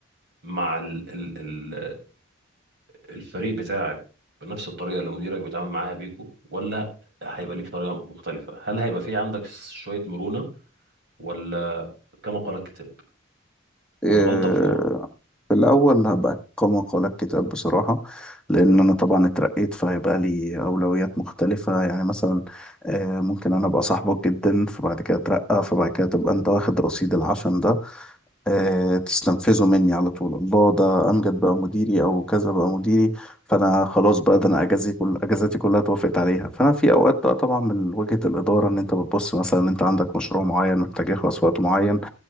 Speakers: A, on the right (about 60°); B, in the centre.
A: مع ال... ال... ال... الفريق بتاعك بنفس الطريقة اللي مديرك بيتعامل معاها بيكو ولا هيبقى ليك طريقة مختلفة هل هيبقى في عندك شوية مرونة ولا كما قال الكتاب
B: إيه،
A: والغلطة بفورة
B: في الأول هبقى كما قال الكتاب بصراحة لأن أنا طبعا اترقيت فهيبقى لي أولويات مختلفة يعني مثلا آه، ممكن أنا أبقى صاحبك جدا فبعد كده أترقى فبعد كده تبقى أنت واخد رصيد العشم ده آه، تستنفذه مني على طول الله ده امجد بقى مديري او كذا بقى مديري فانا خلاص بقى ده انا اجازي كل اجازاتي كلها توافقت عليها فانا في اوقات بقى طبعا من وجهة الاداره ان انت بتبص مثلا ان انت عندك مشروع معين محتاج يخلص في وقت معين